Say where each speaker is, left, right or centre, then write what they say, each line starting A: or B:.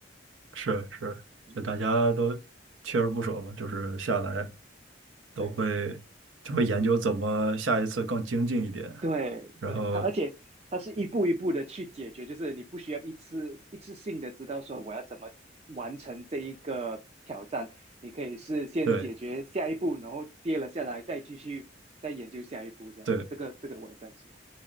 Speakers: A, on the right (about 85°); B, on the right (about 30°).
A: 是是，
B: 嗯，
A: 就大家都锲而不舍吧，就是下来都会就会研究怎么下一次更精进一点，
B: 对对对，
A: 然后
B: 它而且它是一步一步的去解决，就是你不需要一次一次性的知道说我要怎么完成这一个挑战，你可以是先解决下一步，
A: 对
B: 然后跌了下来，再继续再研究下一步这样子。
A: 对
B: 这个这个我也是很喜欢。